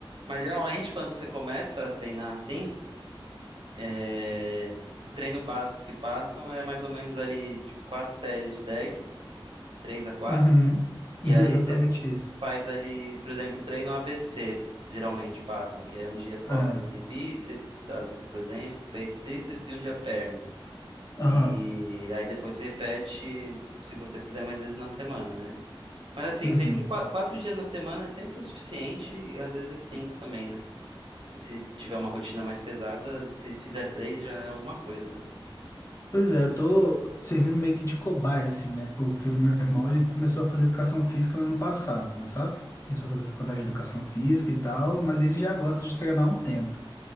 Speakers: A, on the right; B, on the left.
A: Mas geralmente quando você começa a treinar assim, é, o treino básico que passam é mais ou menos ali, tipo, quatro séries de 10 3 a quatro
B: Uhum.
A: e
B: <laughs>
A: aí
B: Exatamente
A: você
B: isso.
A: faz ali, por exemplo, treino ABC, geralmente passam, que é um dia costas
B: Ah.
A: e bíceps, tá? por exemplo, peito e tríceps, e um dia perna.
B: Aham.
A: E aí depois você repete se você fizer mais vezes na semana, né? Mas assim,
B: Uhum.
A: sempre qua- quatro dias na semana é sempre o suficiente e às vezes cinco também, né? E se tiver uma rotina mais pesada, se fizer três já é alguma coisa, né?
B: Pois é, eu tô servindo meio que de cobaia, assim, né? Porque o meu irmão, ele começou a fazer educação física no ano passado, sabe? Começou a fazer faculdade de educação física e tal, mas ele já gosta de treinar há um tempo.